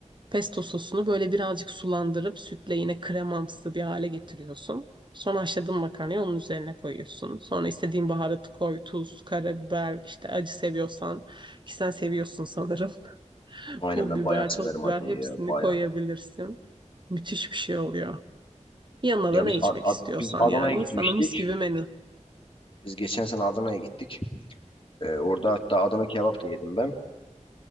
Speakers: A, on the right; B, on the left.
A: Pesto sosunu böyle birazcık sulandırıp sütle yine kremamsı bir hale getiriyorsun. Sonra haşladığın makarnayı onun üzerine koyuyorsun. Sonra istediğin baharatı koy, tuz, karabiber, işte acı seviyorsan, ki sen seviyorsun sanırım. <laughs>
B: Aynen
A: Pul
B: ben
A: biber,
B: bayağı severim
A: toz biber
B: acıyı
A: hepsini
B: ya bayağı.
A: koyabilirsin. Müthiş bir şey oluyor. Yanına
B: Ya
A: da ne
B: biz
A: içmek
B: A-
A: istiyorsan
B: A- biz Adana'ya
A: yani.
B: gitmiştik.
A: Sana mis gibi menü.
B: Biz geçen sene Adana'ya gittik. Ee, orada hatta Adana kebap da yedim ben.